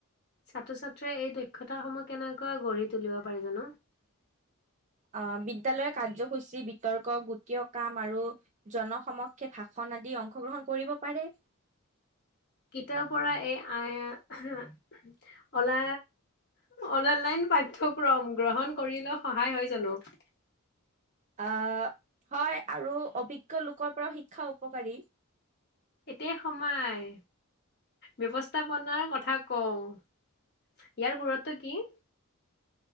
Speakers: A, on the left; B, on the right.
A: ছাত্ৰ-ছাত্ৰীয়ে এই দক্ষতাসমূহ কেনেকৈ গঢ়ি তুলিব পাৰি জানো? <unintelligible>
B: আহ, বিদ্যালয়ৰ কাৰ্যসূচী বিতৰ্ক গোটীয় কাম আৰু জনসমক্ষে ভাষণ আদি অংশগ্ৰহণ কৰিব পাৰে। <unintelligible>
A: কিতাৰ পৰা এই আইয়া অলা অলালাইন পাঠ্যক্ৰম গ্ৰহণ কৰিলে সহায় হয় জানো? <unintelligible>
B: আহ, হয় আৰু অভিজ্ঞ লোকৰ পৰাও শিক্ষা উপকাৰী
A: এতিয়া সমাই ব্যৱস্থাপনাৰ কথা কওঁ ইয়াৰ গুৰুত্ব কি? <unintelligible>